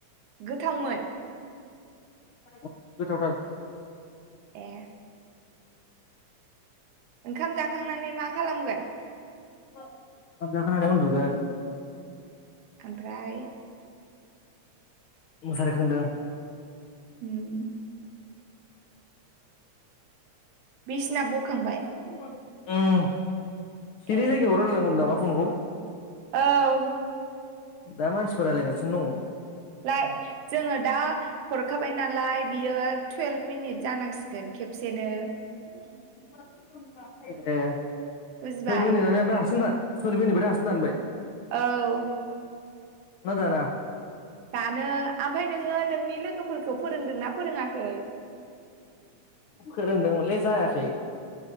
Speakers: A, on the right (about 90°); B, on the left (about 75°).
A: गोथावमोन?
B: अ गोथावथार।
A: ए ओंखाम जाखांनानै मा खालामगोन?
B: ओंखाम जाखांनानै उन्दुगोन
A: ओमफ्राय
B: मुसारि खोंदों।
A: ओम बिसिना बखांबाय?
B: ओम सिरि
A: ए
B: जायगायाव रायलायनांगौ होनदों नामा फनखौ?
A: औ
B: दा मानसिफोर रायालायगासिनो दंङ।
A: लाइ जोंङो दा हरखाबाय नालाय बियो टुवेल्भ मिनिट जानांसिगोन खेबसेनो।
B: ए टुएलट' मिनिनानै ओमफ्राय
A: बुजिबाय
B: हारसिंदां <unintelligible>
A: औ!
B: ना दाना?
A: दानो ओमफाय नोङो नोंनि लोगोफोरखौ फोरोंदोंना फोरोङाखै?
B: फोरोंदोंमोनलै जायाखै।